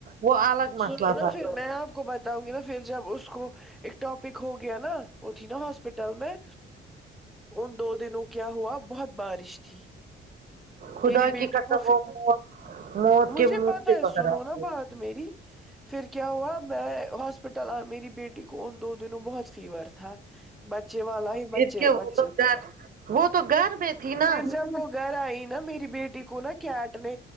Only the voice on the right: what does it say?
وہ الگ مسئلہ
تھا
خدا
کی قسم
وہ موت موت
کے منہ
سے
باہر
آ
گئی
پھر
کیا
وہ تو
گھر وہ تو گھر میں تھی
نا